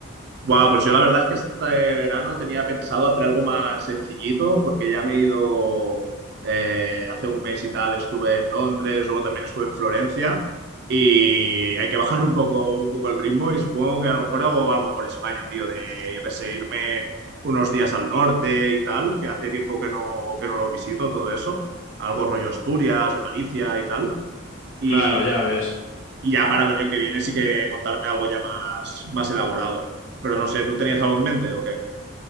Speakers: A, on the right; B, on the left.
A: Buah, pues yo la verdad es que este verano tenía pensado hacer algo más sencillito, porque ya me he ido eh, hace un mes y tal, estuve en Londres, luego también estuve en Florencia, y hay que bajar un poco, un poco el ritmo, y supongo que a lo mejor hago algo por España, tío, de yo qué sé, irme unos días al norte y tal, que hace tiempo que no, que no lo visito, todo eso, algo rollo Asturias o Galicia y tal. y
B: Claro, ya ves.
A: Y ya para el año que viene sí que montarme algo ya más, más elaborado. Pero no sé, ¿tú tenías algo en mente o qué?